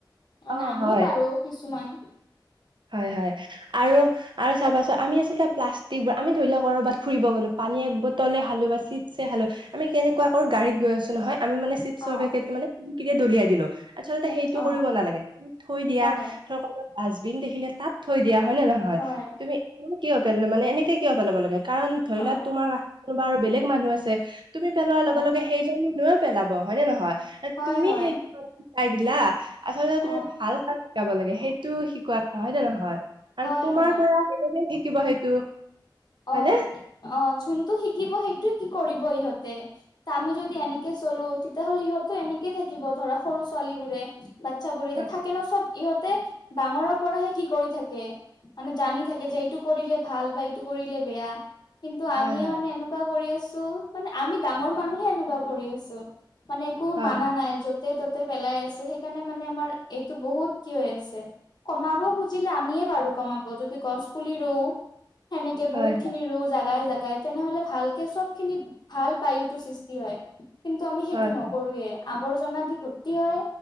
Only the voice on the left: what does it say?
মানে
আমিও
পাৰোঁ কিছুমান।
অ
অ
হয়
হয়
হয়
অ
হয়
হয়
অ
হয়
হয়
অঁ অঁ যোনটো শিকিব সেইটোৱে কি কৰিব ইহঁতে। তা' আমি যদি এনেকে চলো তেতিয়াহ'লে ইহঁতো এনেকে থাকিব ধৰা সৰু ছোৱালীবোৰে। বাতচ্ছাবোৰে এতিয়া
থাকে ন চব ইহঁতে ডাঙৰৰ পৰাহে কি কৰি থাকে। মানে জানি থাকে যে এইটো কৰিলে ভাল বা এইটো কৰিলে বেয়া কিন্তু
আমিয়ে
মানে এনেক এনেকুৱা কৰি আছোঁ মানে আমি ডাঙৰ মানুহে এনেকুৱা কৰি আছোঁ। মানে একো
মানা নাই য'ত য'তে ততে পেলাই আছোঁ। সেইকাৰণে মানে আমাৰ এইটো বহুত কি হৈ আছে কমাব খোজ জিলে আমিয়ে পাৰোঁ কমাব যদি গছ পুলি ৰু সেনেকে
বহুত খিনি ৰু জাগাই জা যায় তেনেহলে ভালকে চব খিনি ভাল বায়ুটো সৃষ্টি হয় কিন্তু আমি সেইটো
নকৰোঁৱে। আৱৰ্জনা দি গোক্তি হয়।